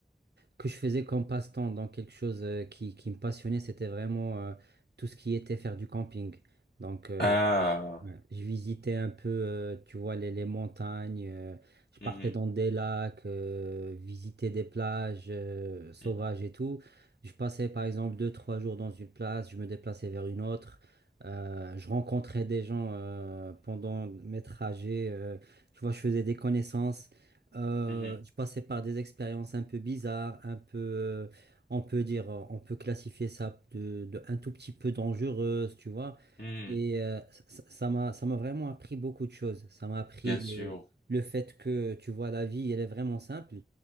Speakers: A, on the right (about 75°); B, on the left (about 75°).
A: que je faisais comme passe-temps, donc quelque chose euh, qui, qui me passionnait, c'était vraiment euh, tout ce qui était faire du camping. Donc, euh,
B: Ah.
A: Ouais. Je visitais un peu, euh, tu vois, les, les montagnes, euh, je partais
B: Mhm.
A: dans des lacs, euh, visiter des plages euh, sauvages
B: Mhm.
A: et tout. Je passais par exemple deux, trois jours dans une place, je me déplaçais vers une autre. Euh, je rencontrais des gens euh, pendant mes trajets, euh, tu vois, je faisais des connaissances. Euh,
B: Mhm.
A: je passais par des expériences un peu bizarres, un peu, euh, on peut dire, on peut classifier ça de, de un tout petit peu dangereuse, tu vois.
B: Mhm.
A: Et euh, ça ça m'a, ça m'a vraiment appris beaucoup de choses. Ça m'a appris
B: Bien
A: le,
B: sûr.
A: le fait que, tu vois, la vie, elle est vraiment simple.